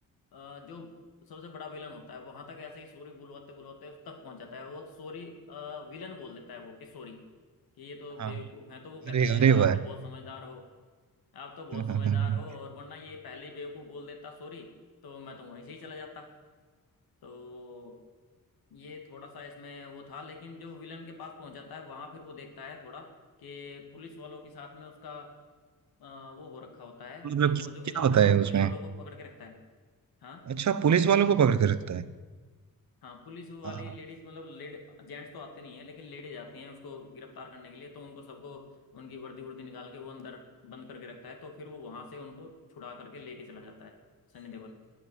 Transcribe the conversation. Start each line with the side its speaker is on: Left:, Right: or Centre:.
Left: अ, जो सबसे बड़ा विलन होता है वहां तक ऐसे ही सॉरी बुलवाते बुलवाते उस तक पहुंच जाता है वो सॉरी विलन बोल देता है वो कि सॉरी कि ये तो
Right: हाँ
Left: बेवकूफ है तो वो कहता
Right: अरे
Left: है
Right: अरे
Left: आप
Right: वाह
Left: तो बहुत समझदार हो आप तो बहुत
Right: <laughs>
Left: समझदार हो और वरना ये पहले ही बेवकूफ बोल देता सॉरी तो मैं तो वहीं से ही चला जाता तो ये थोड़ा सा इसमें वो था लेकिन जो विलन के पास पहुंच जाता है वहां फिर वो देखता है थोड़ा कि पुलिस वालों के साथ में उसका अ, वो हो रखा होता है
Right: मतलब
Left: कि वो जो विलन
Right: क्या होता
Left: था
Right: है
Left: वो
Right: उसमें
Left: पुलिस वालों को पकड़ के रखता है हाँ
Right: अच्छा पुलिस वालों को पकड़ के रखता है
Left: हाँ पुलिस वाली
Right: हाँ
Left: लेडीज मतलब लेड जेंट्स तो आते नहीं है लेकिन लेडीज आती हैं उसको गिरफ्तार करने के लिए तो उनको सबको उनकी वर्दी वर्दी निकाल के वो अंदर बंद करके रखता है तो फिर वो वहां से उनको छुड़ा करके लेके चला जाता है सनी देओल